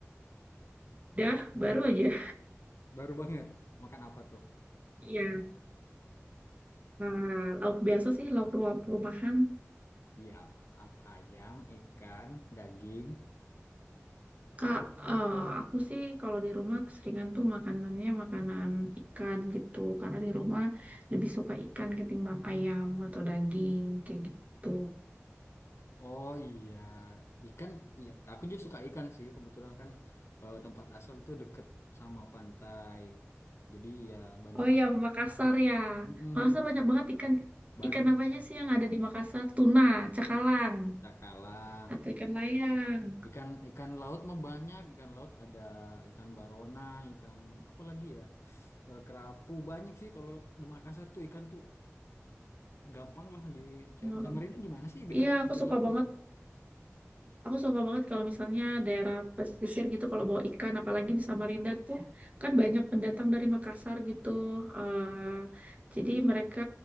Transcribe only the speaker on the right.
Udah, baru aja.
Iya, eh, lauk biasa sih, lauk ruap rumahan.
Kak, eh, aku sih kalau di rumah keseringan tuh makanannya makanan ikan gitu. Karena di rumah lebih suka ikan ketimbang ayam atau daging kayak gitu.
Oh
iya, Makassar
ya.
Makassar banyak banget ikan.
Ikan apa aja sih yang ada di Makassar? Tuna, cakalang,
atau ikan layang.
Hmm.
Iya, aku
suka
banget.
Aku suka banget kalau misalnya daerah pesisir gitu, kalau bawa ikan, apalagi di Samarinda tuh kan banyak pendatang dari Makassar gitu. Eh, jadi mereka